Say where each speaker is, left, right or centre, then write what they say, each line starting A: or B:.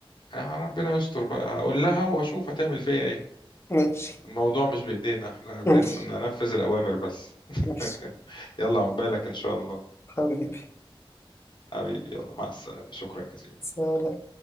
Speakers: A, on the left (about 55°); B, on the left (about 25°).
A: آه ربنا يستر بقى هقول لها وأشوف هتعمل فيا إيه
B: ماشي
A: الموضوع مش بإيدينا إحنا بننفذ
B: ماشي
A: الأوامر بس
B: ماشي
A: <laughs> يلا عقبالك إن شاء الله
B: حبيبي
A: حبيبي يلا مع السلامة شكرا جزيلا
B: سلام